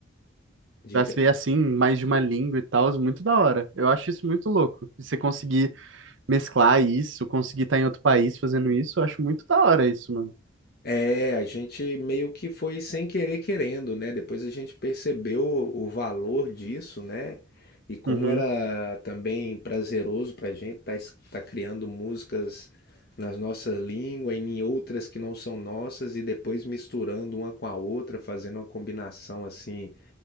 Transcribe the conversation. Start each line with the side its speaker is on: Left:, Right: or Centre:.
Left: diga,
Right: ver assim, mais de uma língua e tal, é muito da hora. Eu acho isso muito louco. E Você conseguir mesclar isso, conseguir estar em outro país fazendo isso, eu acho muito da hora isso, mano.
Left: É, a gente meio que foi sem querer querendo, né? Depois a gente percebeu o o valor disso, né? E como
Right: Uhum.
Left: era também prazeroso pra gente estar tá, tá criando músicas nas nossa língua e em outras que não são nossas e depois misturando uma com a outra, fazendo uma combinação assim